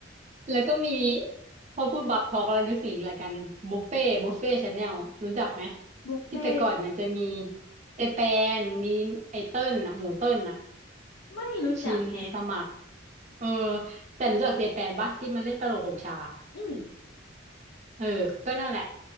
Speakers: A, on the right; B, on the left.
A: แล้วก็มีพอพูดบับทอกแล้วนึกถึงอีกรายการหนึ่งบุฟเฟ่บุฟเฟ่ชาแนลรู้จักไหม
B: บุฟเฟ่
A: ที่แต่ก่อนมันจะมีเจแปนมีไอเติ้ลน่ะหมูเติ้ลน่ะ
B: ไม่รู้จักแฮะ
A: ชินสมัครเออแต่รู้จักเจแปนปะที่มันเล่นตลกหกฉากอะ
B: อืม
A: เออ ก็นั่นแหละ